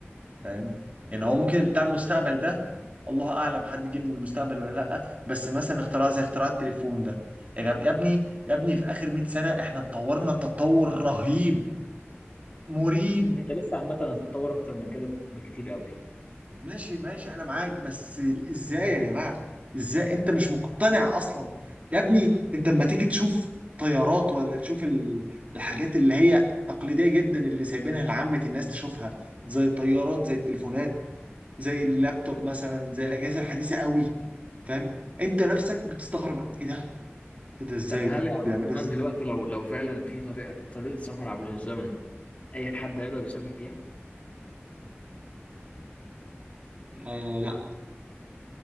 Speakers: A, on the right (about 35°); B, on the left (about 30°).
A: فاهم يعني هو ممكن بتاع المستقبل ده الله اعلم حد جه من المستقبل ولا لا بس مثلا اختراع زي اختراع التليفون ده يا جب يا ابني يا ابني في اخر 100 سنه احنا اتطورنا تطور رهيب مريب
B: انت لسه عامة هتتطور اكتر من كده بكتير قوي
A: ماشي ماشي انا معاك بس ازاي يا جماعه ازاي انت مش مقتنع اصلا يا ابني انت لما تيجي تشوف طيارات ولا تشوف ال- الحاجات اللي هي تقليديه جدا اللي سايبينها لعامه الناس تشوفها زي الطيارات زي التليفونات زي اللابتوب مثلا زي الاجهزه الحديثه قوي فاهم انت نفسك بتستغرب ايه ده ايه ده ازاي
B: طب هل
A: ده
B: يا عبد
A: بيعملوا
B: الرحمن
A: ازاي
B: دلوقتي لو لو فعلا في طريقة طريقة سفر عبر الزمن أي حد هيقدر يسافر فيها؟
A: آه لا